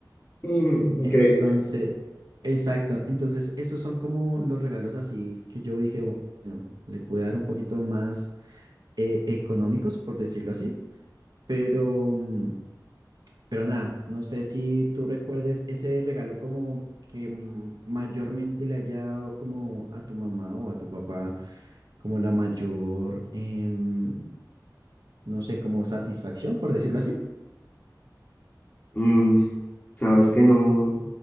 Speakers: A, on the left; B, on the right.
A: Mm, Increíble.
B: Entonces, exacto. Entonces, esos son como los regalos así que yo dije, bueno, le pude dar un poquito más eh, económicos, por decirlo así. Pero, mm, pero nada, no sé si tú recuerdes ese regalo como que mm, mayormente le haya dado como a tu mamá o a tu papá como la mayor, em, no sé, como satisfacción, por decirlo así.
A: Mm, sabes que no,